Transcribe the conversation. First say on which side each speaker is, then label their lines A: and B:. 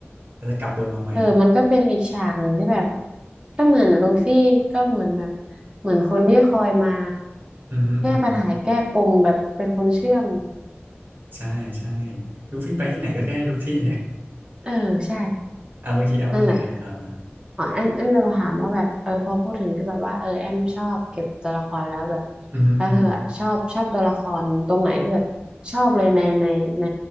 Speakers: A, on the right; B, on the right.
A: แล้วจะกลับวนมาใหม่
B: เออมันก็เป็นอีกฉากหนึ่งที่แบบก็เหมือนลูฟี่ก็เหมือนแบบเหมือนคนที่คอยมา
A: อือฮึอือฮึ
B: แก้ปัญหาแก้ปมแบบเป็นคนเชื่อม
A: ใช่ใช่ลูฟี่ไปที่ไหนก็แก้ได้ทุกที่
B: เออใช่
A: <laughs> อ่าเมื่อกี้แอาว่าไงนะอ่ามา
B: นั่นแหละอ๋อแอมแอมจะถามว่าแบบเออพอพูดถึงที่แบบว่าเออแอมชอบเก็บตัวละครแล้วแบบ
A: อือฮึอือฮึ
B: แล้วเธออะชอบชอบตัวละครตรงไหนที่แบบชอบเลยในในใน